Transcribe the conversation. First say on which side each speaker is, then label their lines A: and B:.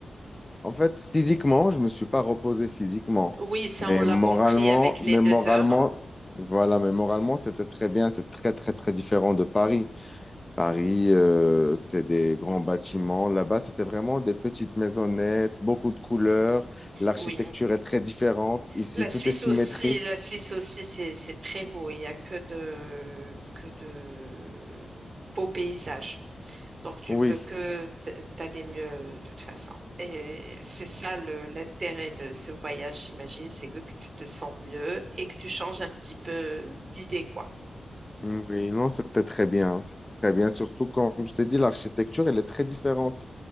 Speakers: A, on the left; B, on the right.
A: En fait, physiquement, je me suis pas reposé physiquement,
B: Oui, ça
A: mais
B: on l'a
A: moralement,
B: compris avec les
A: mais
B: deux
A: moralement,
B: heures.
A: voilà, mais moralement, c'était très bien, c'est très très très différent de Paris. Paris, euh, c'est des grands bâtiments. Là-bas, c'était vraiment des petites maisonnettes, beaucoup de couleurs. L'architecture
B: Oui.
A: est très différente. Ici,
B: La
A: tout
B: Suisse
A: est symétrique.
B: aussi, la Suisse aussi, c'est c'est très beau. Il y a que de que de beaux paysages. Donc tu
A: Oui,
B: ne peux que t- t'aller mieux de toute façon. Et c'est ça le l'intérêt de ce voyage, j'imagine, c'est que, que tu te sens mieux et que tu changes un petit peu d'idée, quoi.
A: Oui, non, c'était très bien. C'était très bien. Surtout, comme je t'ai dit, l'architecture, elle est très différente.